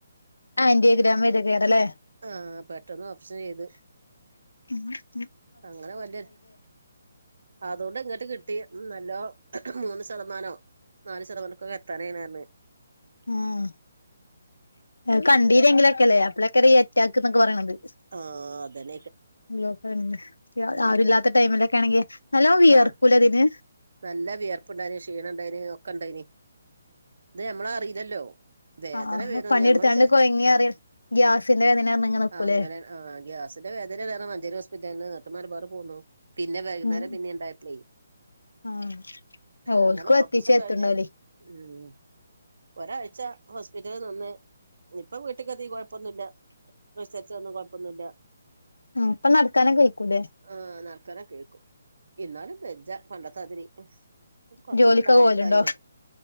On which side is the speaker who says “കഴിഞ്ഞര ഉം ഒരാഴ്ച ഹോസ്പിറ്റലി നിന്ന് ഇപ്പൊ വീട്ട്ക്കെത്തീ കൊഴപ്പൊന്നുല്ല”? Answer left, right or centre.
Right